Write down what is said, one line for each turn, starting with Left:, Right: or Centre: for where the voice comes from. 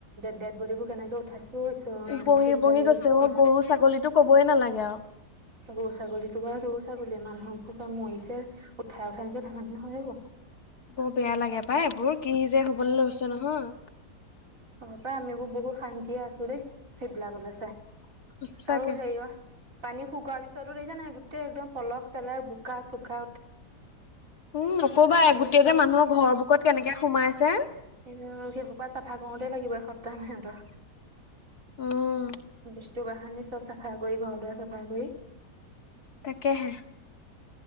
Right: ডেড বডিবোৰ কেনেকে <unintelligible>
Left: উপঙি
Right: দেখিয়ে
Left: উপঙি
Right: কিবা লাগি গৈছে অ'।
Left: গৰু ছাগলীতো কবই নালাগে আৰু
Right: গৰু ছাগলীতো বা গৰু ছাগলীয়ে, মানুহবোৰ মৰিছে উঠাই উঠাই নিছে <unintelligible>
Left: বৰ বেয়া লাগে পাই এইবোৰ, কি যে হবলৈ লৈছে নহয়।
Right: হয় পাই আমিবোৰ বহুত শান্তিয়ে আছো দেই সেইবিলাকলৈ চাই
Left: সঁচাকে
Right: আৰু হেৰিয় পানী শুকোৱাৰ পিছতো দেখিছে নাই, গোটেই একদম পলহ পেলাই বোকা চুকা উঠ
Left: উম, নকবাই
Right: আইঐ।
Left: গোটেই যে মানুহৰ ঘৰ বুকত কেনেকে সোমাইছে।
Right: এ সেইহোপা চাফা কৰোতেই লাগিব এসপ্তাহ সিহঁতৰ
Left: উম
Right: <unintelligible> চব চাফা কৰি, ঘৰ দুৱাৰ চাফা কৰি।
Left: তাকেহে।